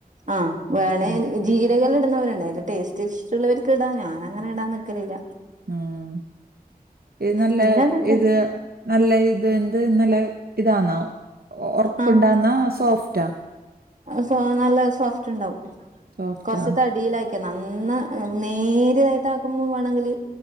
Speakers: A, on the right; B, on the right.
A: ആ വേണേ
B: ഉം
A: ജീരകള് ഇട്ന്നവര്ണ്ട് അയ്ന്റെ ടേസ്റ്റ് ഷ്ടള്ളവർക്ക് ഇടാൻ ഞാനങ്ങനെ ഇടാന്നക്കലില്ല.
B: ആഹ് ഇത് നല്ല
A: പിന്നെ അതൊക്കെ
B: ഇത് നല്ല ഇത് എന്ത് നല്ല ഇതാന്നാ ഒർപ്പ്ണ്ടാന്നാ
A: ആ
B: സോഫ്റ്റാ
A: സോ നല്ല സോഫ്റ്റ് ഉണ്ടാവും.
B: സോഫ്റ്റാ
A: കൊർച്ച് തടിയിലാക്കി നന്ന നേരിയതായിട്ടാക്കുമ്പം വേണങ്കില്,